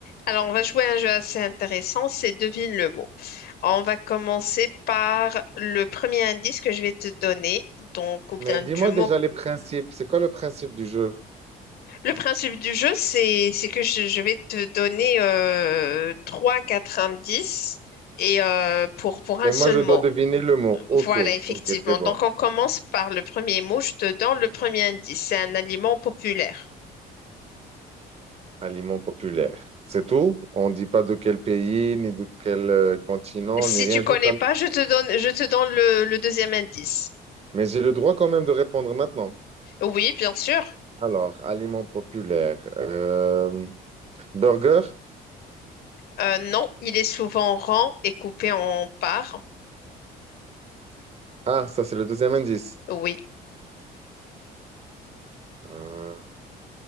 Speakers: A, on the left (about 65°); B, on the right (about 40°).
A: Alors, on va jouer à un jeu assez intéressant, c'est devine le mot. On va commencer par le premier indice que je vais te donner, donc, ou bien
B: Mais dis-moi
A: du mot.
B: déjà les principes. C'est quoi le principe du jeu?
A: Le principe du jeu, c'est, c'est que je, je vais te donner euh, trois, quatre indices et euh, pour, pour un
B: Et
A: seul
B: moi, je
A: mot.
B: dois deviner le mot. OK,
A: Voilà, effectivement.
B: OK, c'est bon.
A: Donc, on commence par le premier mot. Je te donne le premier indice. C'est un aliment populaire.
B: Aliment populaire. C'est tout? On ne dit pas de quel pays, ni de quel euh, continent,
A: Si
B: ni rien,
A: tu connais
B: juste un-
A: pas, je te donne, je te donne le le deuxième indice.
B: Mais j'ai le droit quand même de répondre maintenant.
A: Oui, bien sûr.
B: Alors, aliment populaire. Euh, burger?
A: Euh, non, il est souvent rond et coupé en parts.
B: Ah, ça, c'est le deuxième indice.
A: Oui,
B: Euh,